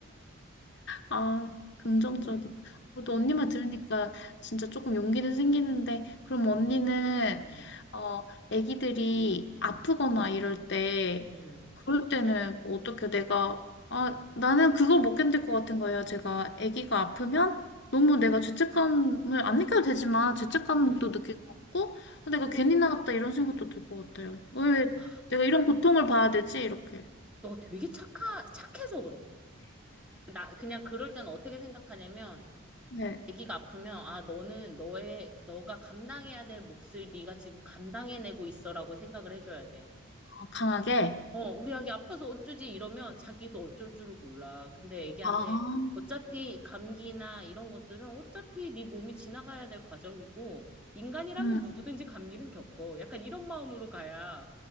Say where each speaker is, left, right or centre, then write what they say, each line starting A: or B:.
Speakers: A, on the left (about 55°); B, in the centre.
A: 아, 긍정적이다.
B: 그렇게 생각하니까.
A: 또 언니 말 들으니까 진짜 조금 용기는 생기는데, 그럼 언니는,
B: 음, 음,
A: 어, 애기들이 아프거나
B: 음,
A: 이럴 때,
B: 음,
A: 그럴 때는 뭐 어떻게 내가, 아,
B: 음.
A: 나는 그걸 못 견딜 것 같은 거예요. 제가 애기가 아프면 너무 내가 죄책감을 안 느껴도 되지만, 죄책감도
B: 음.
A: 느낄 것 같고, 아, 내가 괜히 나왔다 이런 생각도 들 것 같아요. 왜
B: 아,
A: 내가 이런 고통을 봐야 되지? 이렇게.
B: 너 되게 착하, 착해서 그래. 나 그냥 그럴 때는 어떻게 생각하냐면
A: 네,
B: 아기가 아프면 아 너는 너의 너가 감당해야 될 몫을 네가 지금 감당해내고 있어라고 생각을 해줘야 돼.
A: 어, 강하게.
B: 어, 우리 아기 아파서 어쩌지 이러면 자기도 어쩔 줄을 몰라. 근데 애기한테
A: 아,
B: 어차피 감기나 이런 것들은 어차피 네 몸이 지나가야 될 과정이고 인간이라면
A: 음.
B: 누구든지 감기는 겪어. 약간 이런 마음으로 가야